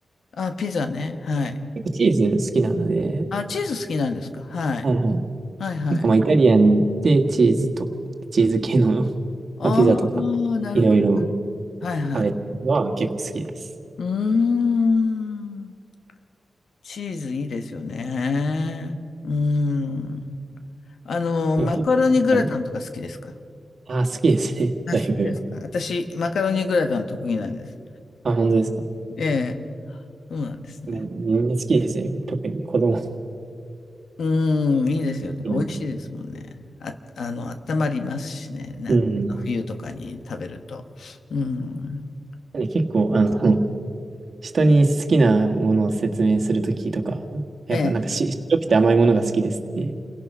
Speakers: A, on the left; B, on the right.
A: あ、ピザね。はい。
B: 結構チーズ好きなので、
A: あ、チーズ好きなんですかはい。
B: はいはい。
A: はい、はい。
B: 結構まあイタリアンでチーズと、チーズ系の、<laughs>
A: ああ、
B: まあ、ピザとか、
A: なるほど。
B: いろいろ
A: はい、はい。
B: 食べるのは結構好きです。
A: うーん。チーズいいですよね。うーん。あの、
B: でもひはい、
A: マカロニグラタンとか好きですか
B: あー好きですね。<laughs>
A: あ、
B: だいぶ。
A: そうですか。私、マカロニグラタン得意なんです。
B: あ、本当ですか。
A: ええ、そうなんですね。
B: まあみんな好きですよ。特に子供好
A: うーん、いいですよね。
B: きな。
A: 美味しいですもんね。あ、あの、温まりますしね。な、
B: うん。なん
A: 冬とかに食べると。うーん。
B: で結構、あの、<laughs> 人に好きなものを説明するときとか、やっぱなんかし白くて甘いものが好きですって
A: ええ、